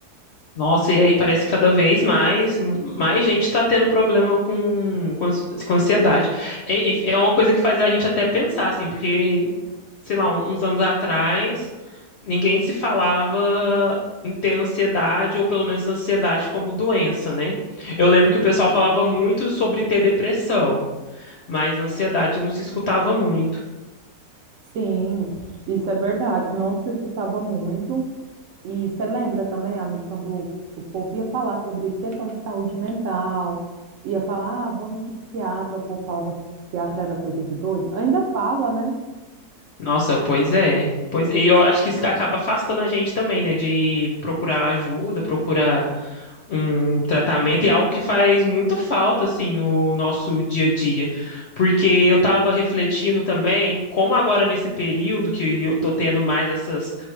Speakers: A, on the left; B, on the right.
A: Nossa, e aí parece que cada vez mais, mais gente está tendo problema com, com, ans- com ansiedade. É, é é uma coisa que faz a gente até pensar, assim, porque, sei lá, um- uns anos atrás, ninguém se falava em ter ansiedade, ou pelo menos ansiedade como doença, né? Eu lembro que o pessoal
B: Sim.
A: falava muito sobre ter depressão, mas ansiedade não se escutava muito.
B: Sim, isso é verdade. Não se escutava muito. E você lembra também, amigo, quando o povo ia falar sobre questão de saúde mental, ia falar, ah, vou no psiquiatra, o povo falava que psiquiatra era coisa de doido. Ainda fala, né?
A: Nossa, pois é. Pois, e eu acho que isso acaba afastando a gente também, né? De procurar ajuda, procurar um tratamento e é algo que faz muita falta assim no nosso dia a dia, porque eu estava refletindo também como agora nesse período que eu tô tendo mais essas